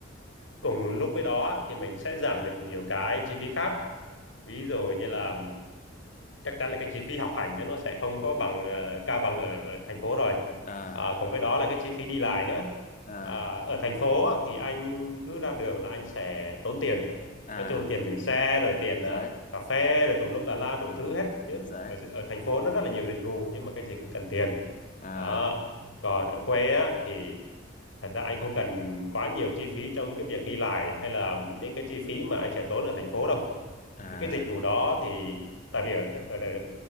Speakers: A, on the left; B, on the left.
A: cùng lúc với đó thì mình sẽ giảm được nhiều cái chi phí khác ví dụ như là chắc chắn là cái chi phí học hành nhá, nó sẽ không có bằng ờ, cao bằng ở, ở thành phố rồi
B: à
A: à, cùng với đó là cái chi phí đi lại nữa
B: à
A: à, ở thành phố á, thì anh cứ ra đường là anh sẽ tốn tiền
B: à
A: nói chung là tiền giữ xe rồi tiền
B: chính
A: ờ,
B: xác
A: cà phê rồi tùm lum tà la đủ thứ hết nhớ
B: chính xác
A: ở, ở thành phố nó rất là nhiều dịch vụ nhưng mà cái gì cũng cần tiền
B: à
A: đó còn ở quê á thì thật ra anh không cần quá nhiều chi phí trong cái việc đi lại hay là những cái chi phí mà anh sẽ tốn ở thành phố đâu
B: à
A: những cái dịch vụ đó thì tại vì ở ở,